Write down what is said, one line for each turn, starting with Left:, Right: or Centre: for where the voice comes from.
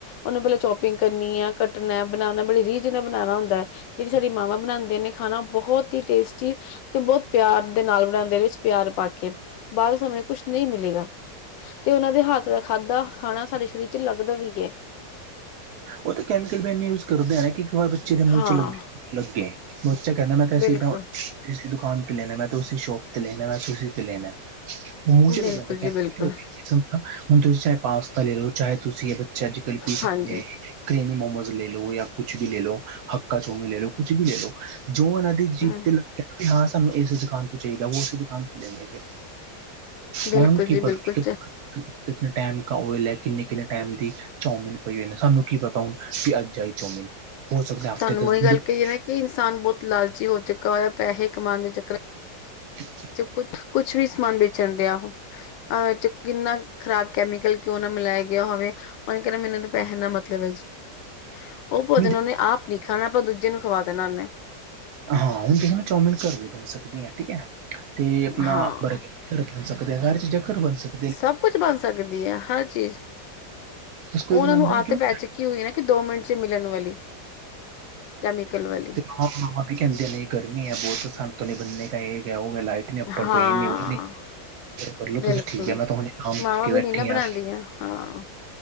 Left: ਉਹਨੂੰ ਪਹਿਲ ਚੋਪਿੰਗ ਕਰਨੀ ਹੈ ਕੱਟਣਾ ਬਣਾਣਾ ਬੜੇ ਰੀਝ ਨਾਲ ਬਣਾਣਾ ਹੁੰਦਾ। ਜਿਹੜੀ ਸਾਡੀ ਮਾਵਾਂ ਬਣਾਂਦੀਆ ਨੇ ਖਾਣਾ ਬਹੁਤ ਹੀ ਟੇਸਟੀ ਤੇ ਬਹੁਤ ਪਿਆਰ ਦੇ ਨਾਲ ਬਣਾਣੇ ਵਿੱਚ ਪਿਆਰ ਪਾ ਕੇ ਬਾਹਰੋਂ ਸਮੇਂ ਕੁਛ ਨਹੀਂ ਮਿਲੇਗਾ। ਤੇ ਉਹਨਾਂ ਦੇ ਹੱਥ ਦਾ ਖਾਧਾ ਖਾਣਾ ਸਾਡੇ ਸਰੀਰ 'ਚ ਲੱਗਦਾ ਵੀ ਏ।
Right: ਉਹ ਤਾਂ ਕੈਮੀਕਲ ਵੀ ਇੰਨੇ ਯੂਜ ਕਰਦੇ ਕਿ ਇੱਕ ਵਾਰ ਬੱਚੇ ਦੇ ਮੂੰਹ
Left: ਹਾਂ
Right: 'ਚ ਲੱ ਲੱਗੇ। ਬੱਚਾ ਕਹਿੰਦਾ ਮੈਂ ਤਾਂ ਇਸ
Left: ਬਿਲਕੁਲ
Right: ਇਸ ਦੁਕਾਨ ਤੇ ਲੈਣਾ ਮੈਂ ਤਾਂ ਉਸੀ ਸ਼ੋਪ ਤੇ ਲੈਣਾ ਮੈਂ ਉਸੀ ਪੇ ਲੈਣਾ। ਉਹ ਮੂੰਹ ਚਲੇ
Left: ਬਿਲਕੁਲ
Right: ਜਾਂਦਾ ਕਹਿੰਦੇ
Left: ਜੀ ਬਿਲਕੁਲ
Right: ਕਿ ਹੋ ਗਈ। ਹੁਣ ਤੁਸੀਂ ਚਾਹੇ ਪਾਸਤਾ ਲੈ ਲਓ ਚਾਹੇ ਤੁਸੀਂ ਇਹ ਬੱਚੇ ਅੱਜ ਕੱਲ੍ਹ ਕੀ ਕਰਦੇ
Left: ਹਾਂਜੀ
Right: ਆ। ਕ੍ਰੇਮੀ ਮੋਮੋਜ਼ ਲੈ ਲੋ ਜਾਂ ਕੁਛ ਵੀ ਲੈ ਲੋ ਹੱਕਕਾ ਚਾਊਮੀਨ ਲੈ ਲੋ ਕੁਛ ਵੀ ਲੈ ਲੋ। ਜੋ ਉਹਨਾਂ ਦੀ ਜੀਪ
Left: ਹਮ
Right: ਤੇ ਲੱਗਾ ਹਾਂ ਸਾਨੂੰ ਇਸ ਦੁਕਾਨ ਤੋਂ ਚਾਹੀਦਾ ਉਸੇ ਦੁਕਾਨ ਤੋਂ ਲੈਂਗੇ ਫਿਰ
Left: ਬਿਲਕੁਲ
Right: ਉਹਨਾਂ ਨੂੰ ਕੀ
Left: ਜੀ ਬਿਲਕੁਲ
Right: ਪਤਾ ਕਿੰਨੇ ਟਾਈਮ ਕਾ ਓਇਲ ਹੈ ਕਿੰਨੇ -ਕਿੰਨੇ ਟਾਈਮ ਦੀ ਚੋਮਿਨ ਪਈ ਹੋਏ ਨੇ ਸਾਨੂੰ ਕੀ ਪਤਾ ਹੁਣ ਵੀ ਅੱਜ ਆਈ ਚੋਮੀਨ ਹੋ ਸਕਦਾ
Left: ਤੁਹਾਨੂੰ
Right: ਹਫ਼ਤੇ ਦੱਸ
Left: ਉਹੀ ਗੱਲ
Right: ਦਿਨ ਪਈ
Left: ਕਹੀਏ ਨਾ ਕਿ ਇਨਸਾਨ ਬਹੁਤ ਲਾਲਚੀ ਹੋ ਚੁੱਕਾ ਹੋਇਆ ਪੈਹੇ ਕਮਾਣ ਦੇ ਚੱਕਰ
Right: <inaudible>
Left: ਕੁਛ-ਕੁਛ ਵੀ ਸਮਾਨ ਵੇਚਣ ਡਿਆ ਉਹ ਅ ਕਿੰਨਾ ਖ਼ਰਾਬ ਕੈਮੀਕਲ ਕਿਉਂ ਨਾ ਮਿਲਾਇਆ ਗਿਆ ਹੋਵੇ। ਉਹਨੇ ਕਹਿੰਣਾ ਮੈਨੂੰ ਤਾਂ ਪੈਹਿਆ ਨਾਲ ਮਤਲਬ ਹੈ ਜੀ। ਉਹ ਭੋਜਨ
Right: ਹੁਣ
Left: ਉਹਨੇ ਆਪ ਨੀ ਖਾਣਾ ਆਪਾਂ ਦੂਜੇ ਨੂੰ ਖਵਾ ਦੇਣਾ ਉਹਨੇ
Right: ਹਾਂ ਹੁਣ ਦੇਖੋ ਨਾ ਚੌਮਿਨ ਘਰ ਵੀ ਬਣ ਸਕਦੀ ਹ ਠੀਕ ਹੈ ਤੇ ਆਪਣਾ
Left: ਹਾਂ
Right: ਬਰਗਰ ਘਰ ਬਣ ਸਕਦਾ ਘਰ 'ਚ ਘਰ ਬਣ ਸਕਦਾ।
Left: ਸਭ ਕੁਛ ਬਣ ਸਕਦੀ ਹੈ ਹਰ ਚੀਜ਼
Right: ਬਸ ਕੋਈ
Left: ਉਹ
Right: ਬਣਾਉਂਦਾ
Left: ਉਹਨਾਂ ਨੂੰ
Right: ਨਹੀਂ
Left: ਆਤ
Right: ਕਿਉਂ
Left: ਪੈ ਚੁੱਕੀ ਹੋਈ ਨਾ ਕਿ ਦੋ ਮਿੰਟ ਚ ਮਿਲਣ ਵਾਲੀ ਕੈਮਿਕਲ ਵਾਲੀ
Right: ਤੇ ਹਾਂ ਹਾਂ ਕਹਿੰਦੇ ਨ ਗਰਮੀ ਹੈ ਬਹੁਤ ਸ਼ਾਨ ਨਹੀਂ ਬਣੇ ਕ ਇਹ ਹੋ ਗਿਆ ਲਾਈਟ ਅੱਪਰ
Left: ਹਾਂ
Right: ਤੋਂ ਇਹ ਨਹੀਂ ਉਹ ਕਰਲੋ ਤੁਸੀ
Left: ਬਿਲਕੁਲ
Right: ਠੀਕ ਹੈ ਮੈਂ ਤੁਹਾਨੂੰ ਕੰਮ
Left: ਮਾਵਾਂ
Right: ਕਰਕੇ
Left: ਵੀ
Right: ਬੈਠੀ
Left: ਨੀ ਨਾ ਬਣਾਉਂਦੀਆਂ
Right: ਆ
Left: ਹਾਂ